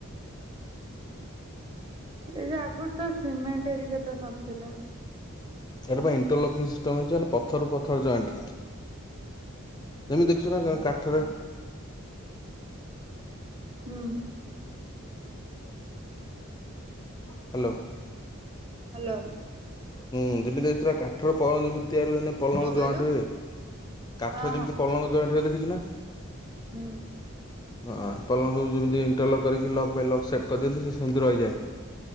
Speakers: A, on the right (about 25°); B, on the left (about 20°).
A: ଏ ଯା ଆଗରୁ ତ ସିମେଣ୍ଟ ଏରିକା ତ ନଥିଲା।
B: ଏଇରା ପା ଇଣ୍ଟର ଲକ ପାଇ ସିଷ୍ଟମ୍ ହେଇଛି ପଥରୁ ପଥର ଜଏଣ୍ଟ। ଏମିତି ଦେଖୁଛୁ ନା କା କାଠରେ,
A: ହୁଁ।
B: ହ୍ୟାଲୋ।
A: ହ୍ୟାଲୋ।
B: ହୁଁ ଯେମିତି ଏଥିଲା କାଠର ପ ଯେମିତି ତିଆରି ହୁଏନି ପଲଙ୍ଗ
A: କଣ କହିଲୁ
B: ଜଏଣ୍ଟ ହୁଏ। କାଠରେ
A: ହଁ
B: ଯେମିତି ପଲଙ୍ଗ ଜଏଣ୍ଟ ହୁଏ ଦେଖିଛୁ ନା।
A: ହୁଁ।
B: ହଁ ପଲଙ୍ଗ ସବୁ ଯେମିତି ଇଣ୍ଟର ଲକ୍ କରିକି ଲକ୍ ଲକ୍ ସେଟ୍ କରିଦିଅନ୍ତି ସେ ସେମିତି ରହିଯାଏ।